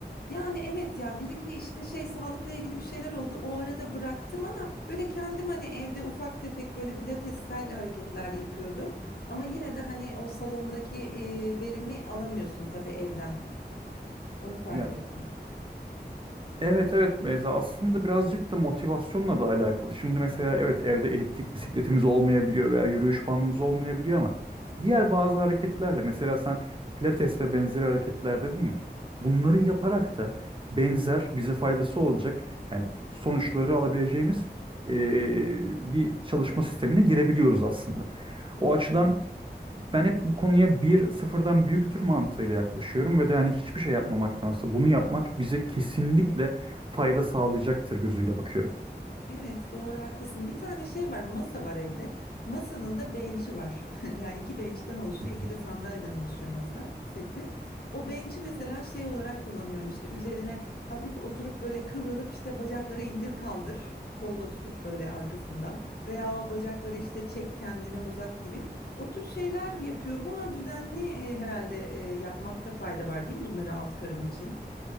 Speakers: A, on the left (about 60°); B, on the right (about 30°).
A: Yani evet ya bir iki işte şey sağlıkla ilgili bir şeyler oldu. O arada bıraktım ama böyle kendim hani evde ufak tefek böyle pilatessel hareketler yapıyordum. Ama yine de hani o salondaki e, verimi alamıyorsun tabii evden. Onu fark
B: Ya
A: ettim.
B: Evet evet Beyza aslında birazcık da motivasyonla da alakalı. Şimdi mesela evet evde eliptik bisikletimiz olmayabiliyor veya yürüyüş bandımız olmayabiliyor ama
A: Aha,
B: diğer bazı hareketlerle mesela sen pilates ve benzeri hareketler dedin ya bunları
A: aha.
B: yaparak da benzer bize faydası olacak yani sonuçları alabileceğimiz eee, bir çalışma sistemine girebiliyoruz aslında. O açıdan ben hep bu konuya bir sıfırdan büyüktür mantığıyla yaklaşıyorum ve de hani hiçbir şey yapmamaktansa bunu yapmak bize kesinlikle fayda sağlayacaktır gözüyle bakıyorum.
A: Evet doğru haklısın. Bir tane şey var masa var evde. Masanın da bench'i var. <laughs> Yani iki bench'ten oluşuyor,
B: Hı hı.
A: iki de sandalyeden oluşuyor masa seti. O bench'i mesela şey olarak kullanıyorum işte üzerine hafif oturup böyle kıvrılıp işte bacakları indir kaldır. Kolla tutup böyle arkasından veya o bacakları işte çek kendine uzat gibi o tür şeyler yapıyorum ama düzenli e, herhalde e, yapmakta fayda var değil mi bunları alt karın için?